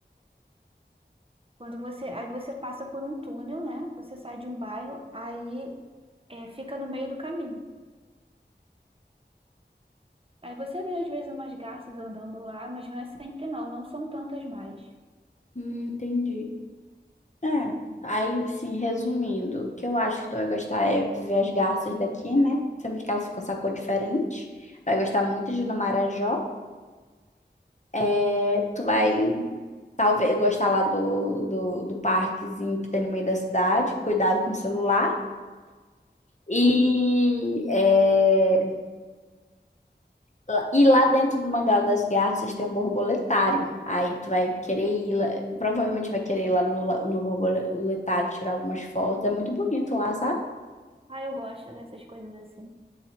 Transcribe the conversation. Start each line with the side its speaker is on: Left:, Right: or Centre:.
Right: Quando você, aí você passa por um túnel, né? Você sai de um bairro, aí é, fica no meio do caminho. Aí você vê às vezes umas garças andando lá, mas não é sempre não, não são tantas mais.
Left: Hum, entendi. É. Aí, assim, resumindo, o que eu acho que tu vai gostar é de ver as garças daqui, né? Sabemos que elas ficam com essa cor diferente. Vai gostar muito de ir no Marajó. É, tu vai, talvez, gostar lá do, do, do parquezinho que tem no meio da cidade. Cuidado com o celular. E,
Right: Hum.
Left: é, lá- e lá dentro do Mangal das Garças tem um borboletário. Aí tu vai querer ir lá, provavelmente vai querer ir lá no, la- no borboletário tirar algumas fotos. É muito bonito lá, sabe?
Right: Ah, eu gosto dessas coisas assim.